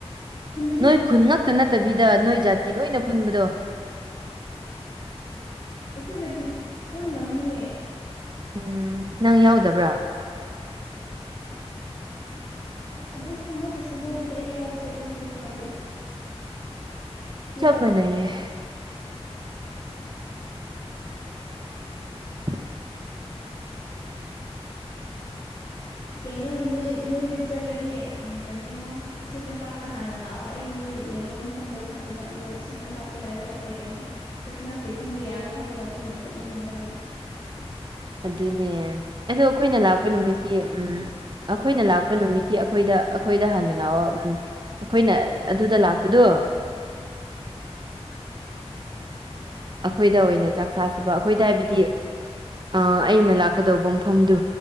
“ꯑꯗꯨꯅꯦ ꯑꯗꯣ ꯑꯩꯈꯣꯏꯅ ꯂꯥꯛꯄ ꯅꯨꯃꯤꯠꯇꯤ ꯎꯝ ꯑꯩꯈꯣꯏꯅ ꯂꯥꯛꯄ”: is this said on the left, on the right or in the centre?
Right